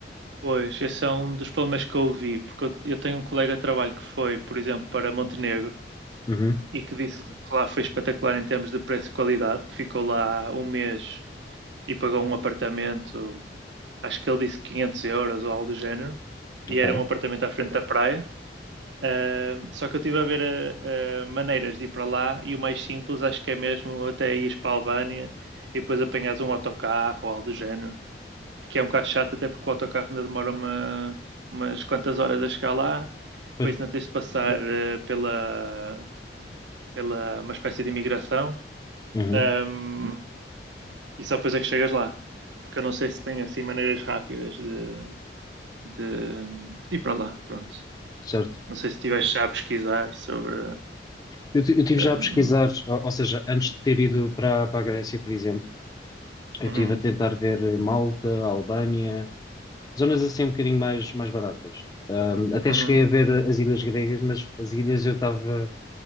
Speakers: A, on the right; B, on the left.
A: Pois, esse é um dos problemas que eu ouvi, porque eu, eu tenho um colega de trabalho que foi, por exemplo, para Montenegro
B: Uhum,
A: e que disse que lá foi espetacular em termos de preço e qualidade, que ficou lá um mês e pagou um apartamento, acho que ele disse 500 euros ou algo do género, e
B: ok.
A: era um apartamento à frente da praia. Ahm, só que eu estive a ver ah, ah, maneiras de ir para lá e o mais simples acho que é mesmo até ires para a Albânia e depois apanhas um autocarro ou algo do género, que é um bocado chato até porque o autocarro ainda demora uma, umas quantas horas a chegar lá, depois
B: Pois.
A: ainda tens de passar ah, pela pela uma espécie de imigração,
B: Uhum,
A: um, e só depois é que chegas lá. Porque eu não sei se tem assim maneiras rápidas de, de, de ir para lá, pronto.
B: certo.
A: Não sei se estiveste já a pesquisar sobre.
B: Eu, ti- eu tive
A: um,
B: já a pesquisar, ou, ou seja, antes de ter ido para, para a Grécia, por exemplo, eu
A: uhum,
B: tive a tentar ver Malta, Albânia, zonas assim um bocadinho mais, mais baratas. Ahm, até
A: uhum.
B: cheguei a ver as ilhas gregas, mas as ilhas eu estava.